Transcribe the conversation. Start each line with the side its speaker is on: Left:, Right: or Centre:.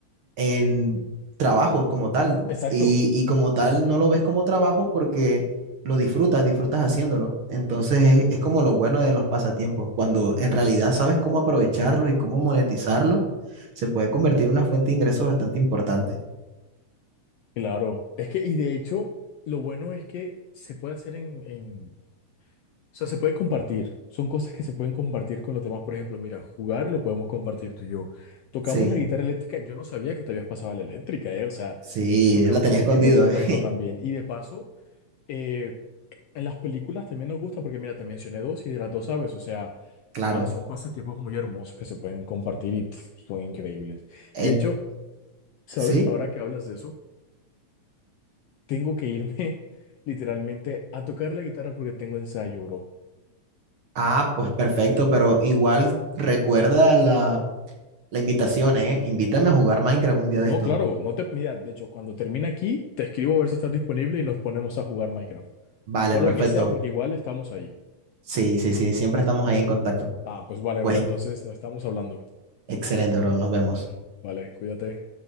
Right: en trabajos como tal.
Left: Exacto,
Right: Y, y como tal no lo ves como trabajo porque lo disfrutas, disfrutas haciéndolo. Entonces es, es como lo bueno de los pasatiempos. Cuando en realidad sabes cómo aprovecharlos y cómo monetizarlos, se puede convertir en una fuente de ingresos bastante importante.
Left: claro. Es que, y de hecho, lo bueno es que se puede hacer en, en O sea, se puede compartir. Son cosas que se pueden compartir con los demás. Por ejemplo, mira, jugar lo podemos compartir tú y yo. Tocamos
Right: Sí,
Left: la guitarra eléctrica. Yo no sabía que te habías pasado a la eléctrica, ¿eh? O sea,
Right: sí,
Left: tocamos
Right: la tenía
Left: el
Right: escondido,
Left: mismo instrumento
Right: <laughs> eh,
Left: también. Y de paso, eh, en las películas también nos gusta porque, mira, te mencioné dos y de las dos sabes. O sea,
Right: Claro.
Left: man, son pasatiempos muy hermosos que se pueden compartir y pf, son increíbles.
Right: En,
Left: De hecho, ¿sabes?
Right: sí.
Left: Ahora que hablas de eso, tengo que irme <laughs> literalmente a tocar la guitarra porque tengo ensayo, bro.
Right: Ah, pues perfecto, pero igual recuerda la La invitación, ¿eh? Invítame a jugar Minecraft un día
Left: No,
Right: de estos.
Left: claro, no te. Mira, de hecho, cuando termine aquí, te escribo a ver si estás disponible y nos ponemos a jugar Minecraft.
Right: Vale,
Left: O lo
Right: perfecto.
Left: que sea, porque igual estamos ahí.
Right: Sí, sí, sí, siempre estamos ahí en contacto.
Left: Ah, pues vale,
Right: Pues
Left: bro, entonces no estamos hablando.
Right: excelente, bro, nos vemos.
Left: Ah, vale, cuídate.